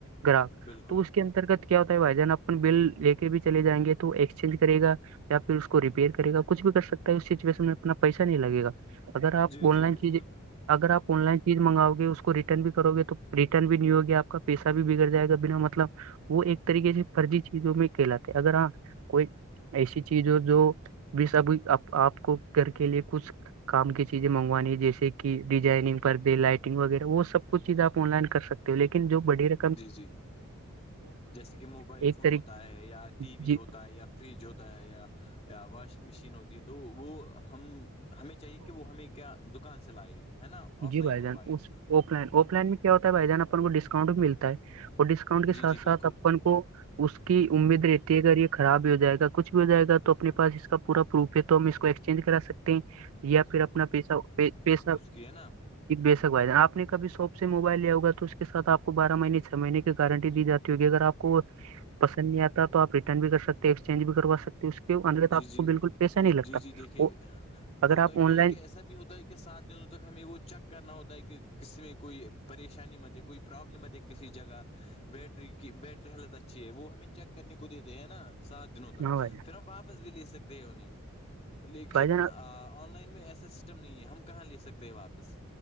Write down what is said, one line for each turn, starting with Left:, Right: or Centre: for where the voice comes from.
Right: گراہک
Left: بالکل
Right: تو اس کے انترگت کیا ہوتا ہے بھائی جان اپن بل لے کے بھی چل جائیںے تو ایکسچینج کرے گا یا پھر اس کو ریپیئر کرے گ کچھ بھی کر سکتا ہے اس سچویشن میں اپنا پیسہ نہیں لگےا اگر آپ
Left: جی
Right: آن
Left: جی
Right: لائن
Left: بالکل
Right: چیزیں اگر آپ آن لائن چیز منگاؤ گے اس کو ریٹرن بھی کرو گے تو ریٹرن بھی نہیں ہوگیا آپ کا پیسہ بھی بگڑ جائے گا بنا مطلب وہ ایک طریقے سے فرضی چیزوں میں کہلاتے اگر ہاں کوئی ایسی چیز ہو جو بھی سب آپ کو گھر کے لیے کچھ کام کی چیزیں مگوانی ہے جیسے کہ ڈیزائنگ پر دے لائٹنگ وغیرہ وہ سب کچھ چیزیں آن لائن کرکتے ہو لن جو بڑی ر
Left: جی جی جیسے کہ موبائل
Right: ایک
Left: فون
Right: طریق
Left: ہوتا ہے یا ٹی وی
Right: جی
Left: ہوتا ہے یا فریج ہوتا ہے یا یا واشنگ مشین ہوتی ہے تو وہ ہم ہمیں چاہیے کہ وہ ہمیں کیا دکان چلائی ہے نا آف
Right: جی
Left: لائن
Right: بھائی
Left: منگوائے
Right: جان آف لائن آف لائن میں کیا ہوتا ہے بھائی جان اپن کو ڈسکاؤنٹ بھی ملتا ہے اور ڈسکاؤنٹ کے
Left: جی
Right: ساتھ
Left: جی
Right: ساتھ
Left: بالکل
Right: اپن کو اس کی امید رہتی ہے اگر یہ خراب بھی ہو جائے گا کچھ بھی ہو جائے گا تو اپنے پاس اس کا پورا پروف ہے تو ہم اس کو ایک چینج کرا سکتے ہیں یا پھر اپنا پیہ پیسہ
Left: کیا نا
Right: بے شک بھد آپ نے کب شاپ سے موبائل لیا ہوگا تو اس کے سھ آپ کو بارہ مہی چھ مہینے کی گارنٹی دی جاتی ہوگی اگر آپ کو پسند نہیں آتا تو آپ ریٹرن بھی کر سکتے ہیں ایکسچینج بھی کروا سکتے اس کے اندر
Left: جی
Right: تو آپ
Left: جی
Right: کو بالکل پیسہ نہیں لگتا
Left: جی جی دیکھیے
Right: وہ اگر
Left: ہوتا
Right: آپ
Left: کیا
Right: آن
Left: ہے
Right: لائن
Left: کہ ایسا بھی ہوتا ہے کہ کے ساتھ دنوں تک ہمیں وہ چیک کرنا ہوتا ہے کہ کسسی میں کوئی پریشانی مت ہے کوئی پرابلم آتی کسی جگہ بیٹری کی بیٹری ہیلت اچھی ہے وہ ہمیں چیک کرنے کو دیتے ہے نا سات دنوں تک
Right: ہاں بھائی
Left: پھر ہم واپس بھی لے سکتے ہیں انہیں لیکن
Right: بھائی جان آپ-
Left: آن لائن میں ایسا سسٹم نہیں ہے ہم کہاں لے سکتے ہیں واپس